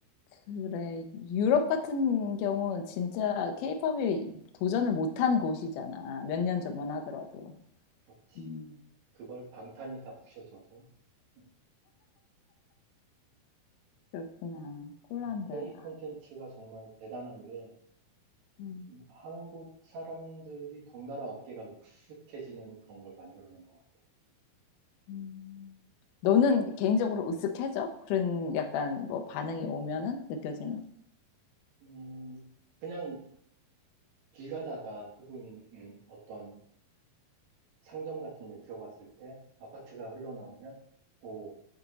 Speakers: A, on the left (about 75°); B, on the right (about 70°).
A: 그래. 유럽 같은 경우는 진짜 케이팝이 도전을 못한 곳이잖아. 몇 년 전만 하더라도.
B: 그렇지.
A: 음,
B: 그걸 방탄이 다 부셔줘서. 음,
A: 그렇구나. 폴란드.
B: 음. K
A: 아,
B: 콘텐츠가 정말 대단한 게,
A: 음,
B: 음, 한국 사람들이 덩달아 어깨가 익숙해지는 그런 걸 만들어낸 것 같다.
A: 음. 너는 개인적으로 으쓱해져? 그런 약간 뭐 반응이 오면은 느껴지면?
B: 음, 그냥 길 가다가 혹은 음, 어떤 상점 같은 데 들어갔을 때 아파트가 흘러나오면 오